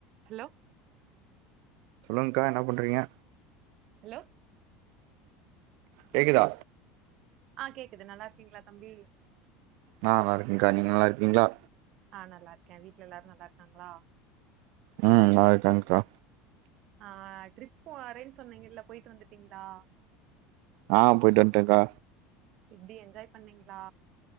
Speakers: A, on the right; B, on the right.
A: ஹலோ
B: சொல்லுங்கா என்ன பண்ணுறீங்க
A: ஹலோ
B: கேக்குதா
A: ஆ கேக்குது நல்லாருக்கீங்களா தம்பி
B: நா நல்லாருக்கேங்கா நீங்க நல்லாருக்கீங்களா
A: ஆ நல்லாருக்கே வீட்ல எல்லாரு நல்லாருக்காங்களா
B: ம் நல்லா இருக்கங்க்கா
A: ஆ ட்ரிப் வரேன் சொன்னீங்கல போயிட்டு வந்துட்டீங்ளா
B: ஆ போயிட்டு வந்ட்டேங்க்கா
A: எப்டி என்ஜாய் பண்ணீங்ளா